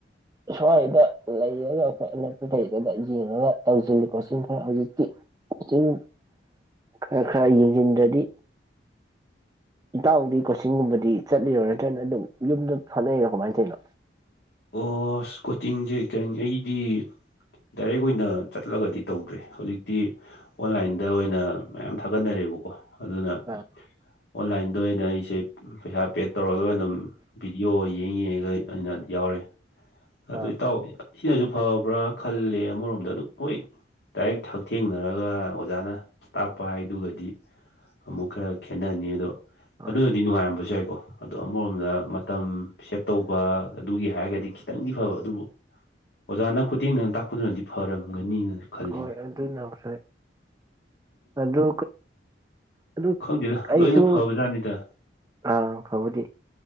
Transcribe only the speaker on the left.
ꯑꯣ ꯀꯣꯆꯤꯡꯁꯦ ꯀꯩꯅꯤ ꯑꯩꯗꯤ ꯗꯥꯏꯔꯦꯛ ꯑꯣꯏꯅ ꯆꯠꯂꯒꯗꯤ ꯇꯧꯗ꯭ꯔꯦ ꯍꯧꯖꯤꯛꯇꯤ ꯑꯣꯟꯂꯥꯏꯟꯗ ꯑꯣꯏꯅ ꯃꯌꯥꯝ ꯊꯥꯒꯠꯅꯔꯦꯕꯀꯣ ꯑꯗꯨꯅ
ꯑꯣꯟꯂꯥꯏꯟꯗ ꯑꯣꯏꯅ ꯑꯩꯁꯦ ꯄꯩꯁꯥ ꯄꯦꯗ ꯇꯧꯔꯒ ꯑꯗꯨꯝ ꯚꯤꯗꯤꯑꯣ ꯌꯦꯡ ꯌꯦꯡꯉꯒ ꯑꯩꯅ ꯌꯥꯎꯔꯦ ꯑꯗꯨꯏ
ꯇꯧ ꯁꯤꯅꯁꯨ ꯐꯕ꯭ꯔꯥ ꯈꯜꯂꯦ ꯑꯃꯔꯣꯝꯗ ꯑꯗꯨ ꯑꯣꯏꯣꯏ ꯗꯥꯏꯔꯤꯦꯛ ꯍꯛꯊꯦꯡꯅꯔꯒ ꯑꯣꯖꯥꯅ ꯇꯥꯛꯄ ꯍꯥꯏꯗꯨꯒꯗꯤ ꯑꯃꯨꯛ ꯈꯔ ꯈꯦꯠꯅꯅꯤ ꯑꯗꯣ
ꯑꯗꯨꯅꯗꯤ ꯅꯨꯡꯉꯥꯏꯔꯝꯕꯁꯨ ꯌꯥꯦ ꯍ ꯑꯗꯣ ꯑꯃꯔꯣꯝꯗ ꯃꯇꯝ ꯑꯦꯁꯦꯞ ꯇꯧꯕ ꯑꯗꯨꯒꯤ ꯍꯥꯏꯔꯒꯗꯤ ꯈꯤꯇꯪꯗꯤ ꯐꯕ ꯑꯗꯨꯕꯨ ꯑꯣꯖꯥꯅ ꯈꯨꯊꯦꯡꯅꯅ ꯇꯥꯛꯄꯗꯨꯅꯗꯤ ꯐꯔꯝꯒꯅꯤꯅ ꯈꯜꯂꯤꯅꯦ
ꯈꯪꯗꯦꯗ
ꯂꯣꯏꯅ ꯐꯕꯖꯥꯠꯅꯤꯗ